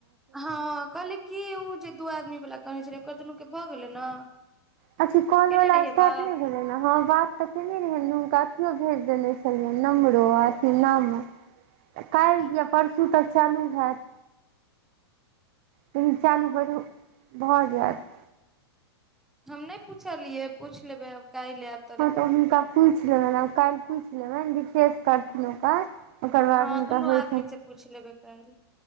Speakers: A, in the centre; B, on the right.
A: हँ कहली कि ओ जे दू आदमी वला कहने छलै ओकर दुनू के भऽ गेलै ने
B: अच्छा कॉल
A: केने
B: वाला
A: रहियै
B: स्टार्ट
A: बात
B: नहि भेलै ने हैं बात त केने रहे हुनका अथियो भेज देने छलियनि नंबार
A: अच्छा
B: अथी नाम काल्हि
A: अच्छा
B: परसू तऽ चालू होत कनि चालू बढू भऽ जायत
A: हम नहि पूछलियै, पूछि लेबै आब काल्हि लेबे
B: हँ त हुनका पूछि लेबनि आ काल्हि पूछि लेबनि विशेष करथिन ओकर ओकर बाद
A: हँ
B: हुनका
A: दुनू
B: होइ।
A: आदमी से पूछ लेबै काल्हि